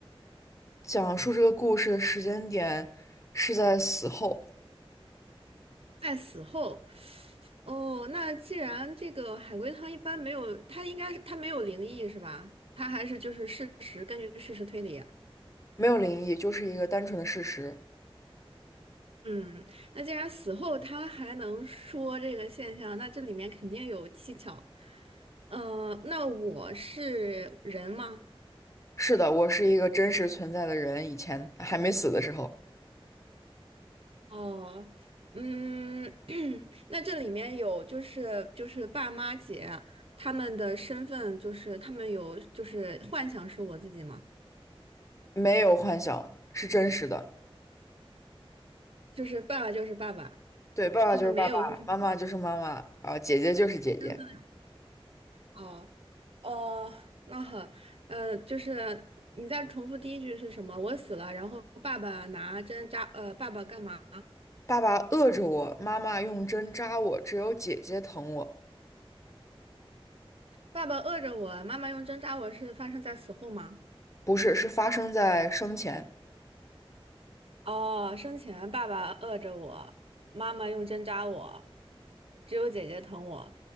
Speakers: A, on the left; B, on the right.
A: 讲述这个故事的时间点是在死后，
B: 在死后。哦，那既然这个海龟汤一般没有，它应该是它没有灵异是吧？它还是就是事实，根据事实推理啊。
A: 没有灵异，就是一个单纯的事实。
B: 嗯，那既然死后他还能说这个现象，那这里面肯定有蹊跷。呃，那我是人吗？
A: 是的，我是一个真实存在的人，以前还没死的时候，
B: 哦，嗯，<clears throat> 那这里面有就是就是爸妈姐他们的身份，就是他们有就是幻想是我自己吗？
A: 没有幻想，是真实的。
B: 就是爸爸就是爸爸，
A: 对，爸爸就是爸爸，
B: 他们没有就是
A: 妈妈就是妈妈，啊，姐姐就是姐姐。
B: 身份哦哦，那好，呃，就是你再重复第一句是什么？我死了，然后爸爸拿针扎，呃，爸爸干嘛？
A: 爸爸饿着我，妈妈用针扎我，只有姐姐疼我。
B: 爸爸饿着我，妈妈用针扎我是发生在死后吗？
A: 不是，是发生在生前。
B: 哦，生前爸爸饿着我，妈妈用针扎我，只有姐姐疼我。